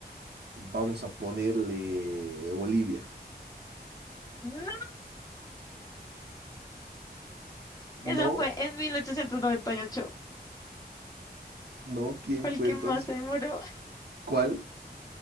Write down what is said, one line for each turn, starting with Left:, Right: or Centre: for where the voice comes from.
Right: Vamos a ponerle Bolivia.
Left: No, esa
Right: No,
Left: fue en mil ochocientos noventa y ocho
Right: no, ¿quién
Left: Fue
Right: fue
Left: el que
Right: entonces?
Left: más se demoró. <laughs>
Right: ¿Cuál?